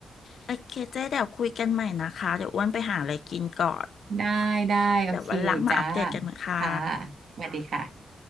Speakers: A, on the left (about 70°); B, on the right (about 70°).
A: โอเคเจ๊เดี๋ยวคุยกันใหม่นะคะเดี๋ยวอ้วนไปหาอะไรกินก่อน
B: ได้ได้โอเคจ้า
A: เดี๋ยววันหลังมาอัปเดตกันนะค่ะ
B: ค่ะสวัสดีค่ะ